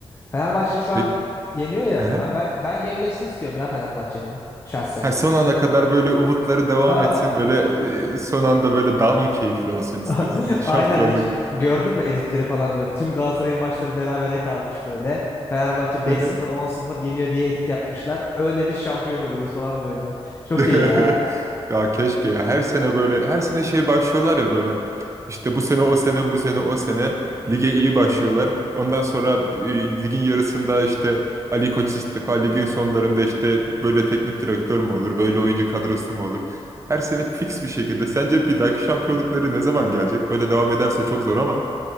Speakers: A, on the left; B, on the right.
A: Fenerbahçe şu an
B: Peki.
A: yeniyor ya.
B: Aha.
A: Ben ben ben yenmesini istiyorum ya Fenerbahçe'nin şahsen.
B: Ha, son ana kadar böyle umutları devam
A: Aa,
B: etsin. Böyle e, son anda böyle daha mı keyifli olsun istiyorsun
A: <laughs>
B: <laughs> şampiyonluk?
A: aynen hiç gördün mü editleri falan böyle. Tüm Galatasaray'ın maçları berabere kalmış böyle. Fenerbahçe 5-0
B: Hı hı.
A: 10-0 yeniyor diye edit yapmışlar. Öyle biz şampiyon oluruz falan böyle. Çok
B: <laughs>
A: iyi ya.
B: Ya keşke ya her sene böyle her sene şey başlıyorlar ya böyle işte bu sene o sene bu sene o sene lige iyi başlıyorlar. Ondan sonra e, ligin yarısında işte Ali Koç istifa ligin sonlarında işte böyle teknik direktör mü olur böyle oyuncu kadrosu mu olur? Her sene fix bir şekilde sence bir dahaki şampiyonlukları ne zaman gelecek? Böyle devam ederse çok zor ama